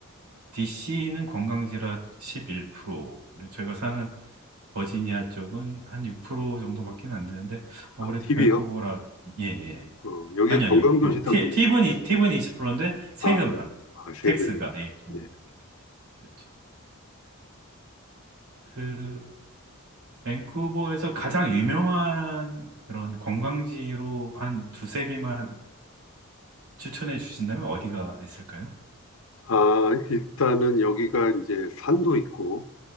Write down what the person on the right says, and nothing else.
DC는 관광지라 11%, 그리고 저희가 사는 버지니아 쪽은 한 6% 정도밖에 안 되는데, 어,
그래도
밴쿠버라, 예, 예.
아니, 아니요.
그, 팁,
팁은, 이- 팁은 20%인데, 세금만,
텍스가, 예, 그 정도는.
그렇죠. 그, 밴쿠버에서 가장 유명한 그런 관광지로 한 두세 개만 추천해 주신다면 어디가 있을까요?